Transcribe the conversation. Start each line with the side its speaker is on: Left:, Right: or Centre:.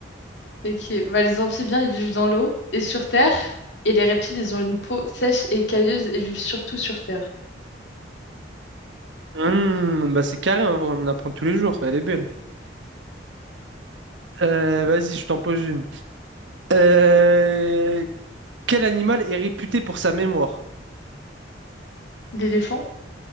Left: Ok. Bah, les amphibiens, ils vivent dans l'eau et sur terre. Et les reptiles, ils ont une peau sèche et cailleuse et vivent surtout sur terre.
Right: Hmm, bah c'est carré, en vrai, on en apprend tous les jours, elle est belle. Euh, vas-y, je t'en pose une. Euh, quel animal est réputé pour sa mémoire?
Left: L'éléphant?